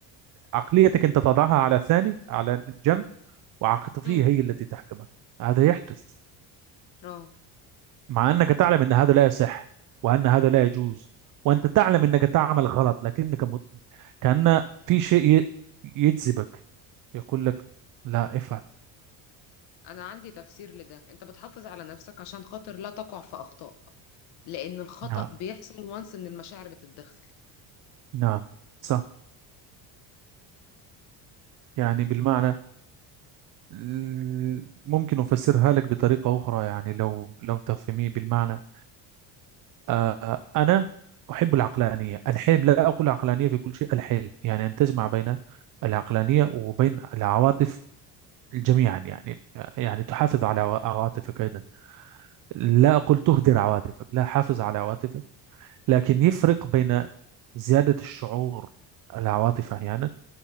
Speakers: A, on the right; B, on the left.
A: عقليتك أنت تضعها على ثاني على جنب وعاطفية
B: امم
A: هي التي تحكمك هذا يحدث
B: اه
A: مع أنك تعلم أن هذا لا يصح وأن هذا لا يجوز وأنت تعلم أنك تعمل غلط لكنك م... كأن في شيء ي- يجذبك يقول لك لا افعل
B: انا عندي تفسير لده انت بتحافظ على نفسك عشان خاطر لا تقع في اخطاء لان الخطأ
A: نعم
B: بيحصل وانس ان المشاعر بتتدخل
A: نعم صح يعني بالمعنى ال- ممكن أفسرها لك بطريقة أخرى يعني لو لو تفهميه بالمعنى آه، أنا أحب العقلانية الحلم لا أقول عقلانية في كل شيء الحلم يعني أن تجمع بين العقلانية وبين العواطف جميعا يعني يعني تحافظ على عوا- عواطفك أيضا لا أقول تهدر عواطفك لا حافظ على عواطفك لكن يفرق بين زيادة الشعور العواطف أحيانا